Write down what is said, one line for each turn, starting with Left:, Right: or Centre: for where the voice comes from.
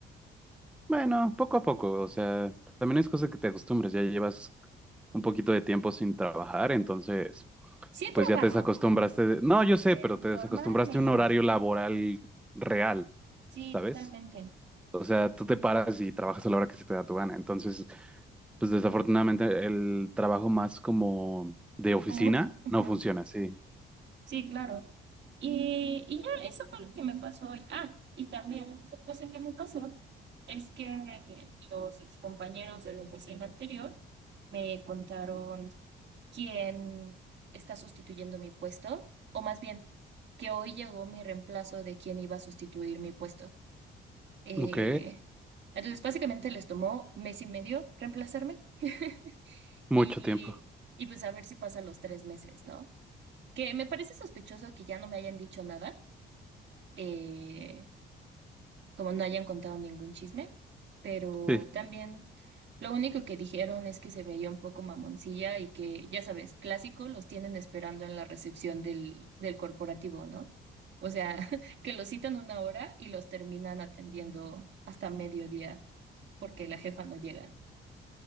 Centre: Bueno, poco a poco, o sea, también es cosa que te acostumbres, ya llevas un poquito de tiempo sin trabajar, entonces,
Right: Sí
Centre: pues
Right: trabajo,
Centre: ya te desacostumbraste. de- No, yo sé,
Right: pero
Centre: pero
Right: informalmente.
Centre: te desacostumbraste a un horario laboral real,
Right: Sí,
Centre: ¿sabes?
Right: totalmente.
Centre: O sea, tú te paras y trabajas a la hora que se te da tu gana. Entonces, pues desafortunadamente el trabajo más como de oficina
Right: ¿Común? Ujú.
Centre: no funciona así.
Right: Sí, claro. Y, y ya, eso fue lo que me pasó hoy. Ah, y también, no sé qué me pasó, es que los compañeros de la oficina anterior me contaron quien está sustituyendo mi puesto, o más bien, que hoy llegó mi reemplazo de quien iba a sustituir mi puesto. Eh,
Centre: Ok,
Right: entonces, básicamente les tomó mes y medio reemplazarme <laughs>
Centre: mucho
Right: y,
Centre: tiempo.
Right: y pues a ver si pasa los tres meses, ¿no? Que me parece sospechoso que ya no me hayan dicho nada. eh, como no hayan contado ningún chisme, pero
Centre: Sí.
Right: también lo único que dijeron es que se veía un poco mamoncilla y que, ya sabes, clásico, los tienen esperando en la recepción del, del corporativo, ¿no? O sea, <laughs> que los citan una hora y los terminan atendiendo hasta mediodía porque la jefa no llega.